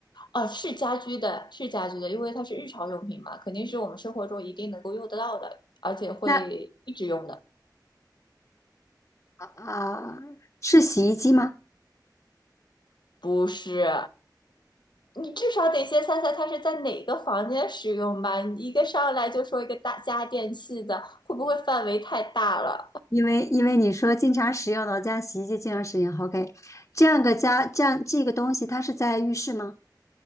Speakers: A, on the left (about 85°); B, on the left (about 40°).
A: 哦，是家居的，是家居的，因为它是日常用品嘛，肯定是我们生活中一定能够用得到的，而且会一直用的。
B: 那啊、呃是洗衣机吗？
A: 不是，你你至少得先猜猜它是在哪个房间使用吧？你一个上来就说一个大家电器的，会不会范围太大了？
B: 因为因为你说经常使用的，我家洗衣机经常使用。OK，这样个家这样这个东西，它是在浴室吗？